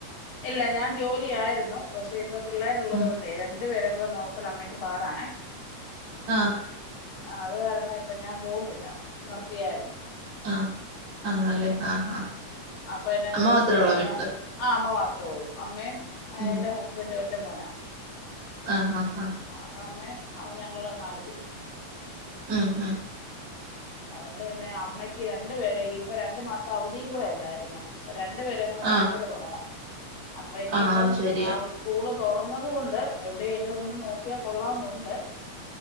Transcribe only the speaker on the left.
ഇല്ല ഞാൻ ജോലി ആയിരുന്നു പക്ഷെ ഇപ്പ പിള്ളേരുള്ളത്
കൊണ്ട് രണ്ടു പേരെയും കൂടെ നോക്കല് അമ്മക്ക് പാടാണേ
അത് കാരണം ഇപ്പൊ ഞാൻ പോവുന്നില്ല നിർത്തിയാരുന്നു
അപ്പൊ എന്നാന്ന്
ചോദിച്ച്
കഴിഞ്ഞ
ആ അമ്മ മാത്രേ ഉള്ളു അമ്മയും
എന്റെ ഹസ്ബഡും ഒറ്റ മോനാ
ആഹ് അപ്പൊ അമ്മയും ഞങ്ങള് നാലു പേരും
അതുകൊണ്ട് പിന്നെ അമ്മയ്ക്ക് രണ്ട് പേരെയും ഇപ്പൊ രണ്ടു മാസം അവധിയും കൂടെ അല്ലാരുന്നോ അപ്പോ രണ്ടു പേരയും കൂടെ
നോക്കല് പാടാ അപ്പൊ ഇനിയിപ്പം
ആ സ്കൂള് തുറന്നത് കൊണ്ട് എവിടെയേലും ഒന്ന് നോക്കിയാ കൊള്ളാന്നുണ്ട്